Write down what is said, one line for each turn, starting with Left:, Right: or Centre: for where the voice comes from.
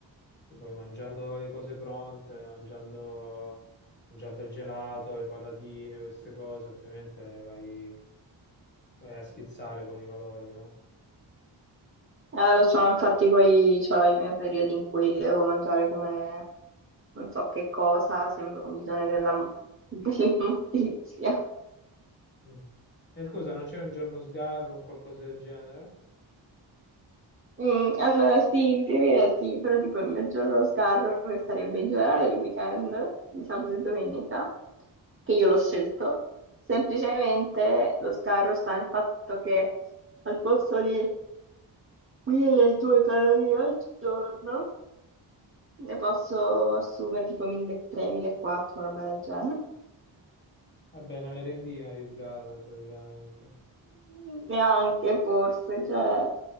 Left: E Poi mangiando le cose pronte, mangiando, mangiando il gelato, le patatine, queste cose, ovviamente vai, vai a schizzare con i valori, no?
Right: Eh, lo so, infatti poi ho i miei periodi in cui devo mangiare come non so che cosa, sembra un bidone della, dell'immondizia. <laughs>
Left: Mm. E scusa, non c'è un giorno sgarro, un qualcosa del genere?
Right: Mm, allora sì, in teoria sì, però tipo il maggior sgarro che sarebbe in generale il weekend di sabato e domenica, che io l'ho scelto, semplicemente lo sgarro sta nel fatto che al posto di 1200 calorie al giorno ne posso assumere tipo 1300, 1400, una roba del genere.
Left: Vabbè, una merendina di sgarro praticamente.
Right: <laughs> Neanche forse, cioè,